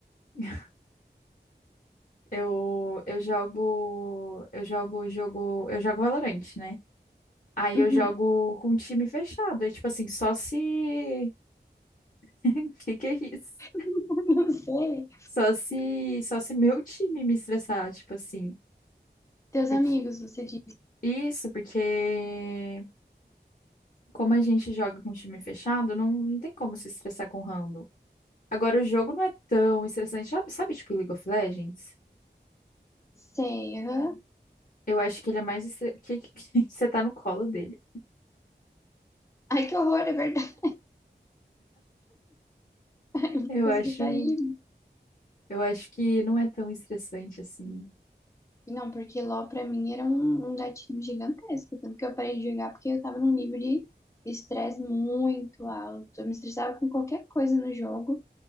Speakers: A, on the left; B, on the left.
A: <laughs> Eu, eu jogo, eu jogo jogo, eu jogo Valorant, né? Aí
B: Uhum.
A: eu jogo com time fechado, é tipo assim, só se <laughs> que que é isso?
B: <laughs> Não sei.
A: Só se só se meu time me estressar, tipo assim.
B: Teus
A: Porque
B: amigos, você disse.
A: isso, porque como a gente joga com time fechado, não, não tem como se estressar com random. Agora o jogo não é tão estressante, sabe, sabe, tipo League of Legends?
B: Sei, aham.
A: Eu acho que ele é mais estre... <laughs> que, que que- você tá no colo dele.
B: Ai, que horror, é verdade. <laughs> Eu não
A: Eu
B: consegui
A: acho
B: sair.
A: Eu acho que não é tão estressante assim.
B: Não, porque LOL pra mim era um, um gatinho gigantesco. Tanto que eu parei de jogar porque eu tava num nível de estresse muito alto. Eu me estressava com qualquer coisa no jogo.